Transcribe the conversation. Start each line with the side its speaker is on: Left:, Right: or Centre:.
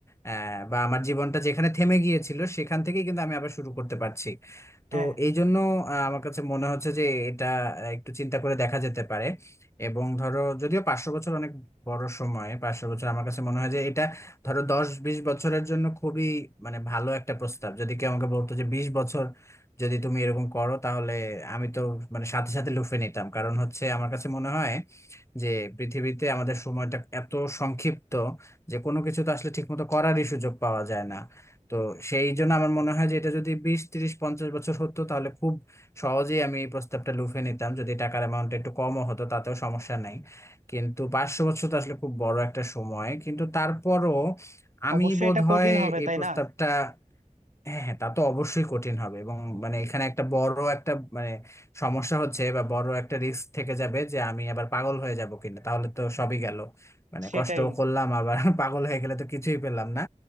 Left: আহ, বা আমার জীবনটা যেখানে থেমে গিয়েছিল সেখান থেকেই কিন্তু আমি আবার শুরু করতে পারছি তো
Right: হ্যাঁ
Left: এই জন্য আহ, আমার কাছে মনে হচ্ছে যে এটা আহ, একটু চিন্তা করে দেখা যেতে পারে এবং ধরো যদিও পাঁচশো বছর অনেক বড় সময় পাঁচশো বছর আমার কাছে মনে হয় যে এটা ধরো দশ বিশ বছরের জন্য খুবই মানে ভালো একটা প্রস্তাব যদি কেউ আমাকে বলতো যে বিশ বছর যদি তুমি এরকম করো তাহলে আমি তো মানে সাথে সাথে লুফে নিতাম কারণ হচ্ছে আমার কাছে মনে হয় যে পৃথিবীতে আমাদের সময়টা এত সংক্ষিপ্ত যে কোনো কিছু তো আসলে ঠিকমতো করারই সুযোগ পাওয়া যায় না তো সেই জন্য আমার মনে হয় যে এটা যদি বিশ তিরিশ পঞ্চাশ বছর হতো তাহলে খুব সহজেই আমি এই প্রস্তাবটা লুফে নিতাম যদি টাকার অ্যামাউন্টটা একটু কমও হতো তাতেও সমস্যা নাই কিন্তু পাঁচশো বছর তো আসলে খুব বড় একটা সময় কিন্তু তারপরও আমি
Right: অবশ্যই
Left: বোধহয়
Right: এটা কঠিন হবে
Left: এই
Right: তাই
Left: প্রস্তাবটা
Right: না
Left: হ্যাঁ হ্যাঁ তা তো অবশ্যই কঠিন হবে এবং মানে এখানে একটা বড় একটা মানে সমস্যা হচ্ছে বা বড় একটা রিস্ক থেকে যাবে যে আমি আবার পাগল হয়ে যাব কিনা তাহলে তো সবই গেল মানে
Right: সেটাই
Left: কষ্ট করলাম আবার <laughs> পাগল হয়ে গেলে তো কিছুই পেলাম না